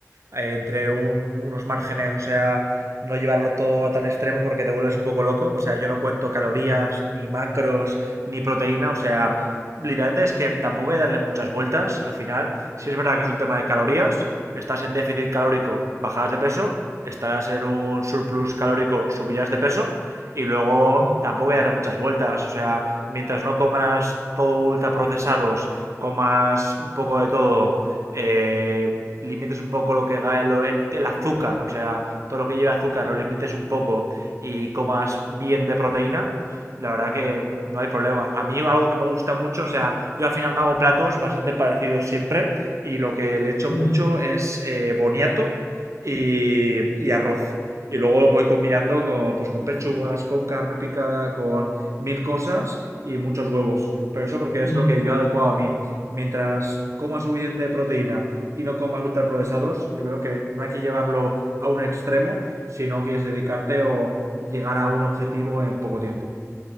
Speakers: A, on the right (about 65°); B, on the left (about 80°).
A: eh, entre un- unos márgenes, o sea, no llevarlo todo a tal extremo porque te vuelves un poco loco. O sea, yo no cuento calorías, ni macros, ni proteína, o sea, literalmente es que tampoco hay que darle muchas vueltas al final. Si es verdad que es un tema de calorías, estás en déficit calórico, bajarás de peso, estarás en un surplus calórico, subirás de peso. Y luego
B: Mm,
A: tampoco hay que darle muchas vueltas. O sea, mientras no comas todo ultra procesados, comas un poco de todo, eh, limites un poco lo que lo, el, el, azúcar, o sea, todo lo que lleva azúcar lo limites un poco y comas bien de proteína, la verdad que no hay problema. A mí algo que me gusta mucho, o sea, yo al final me hago platos bastante parecidos siempre y lo que le echo
B: mm,
A: mucho es eh, boniato y, y arroz. Y luego voy combinando con, pues, con pechugas, con carne picada, con mil cosas y muchos huevos. Pero eso porque es
B: mm,
A: lo que yo he adecuado a mí. Mientras coma suficiente de proteína y no comas ultraprocesados, yo creo que no hay que llevarlo a un extremo si no quieres dedicarte o llegar a un objetivo en poco tiempo.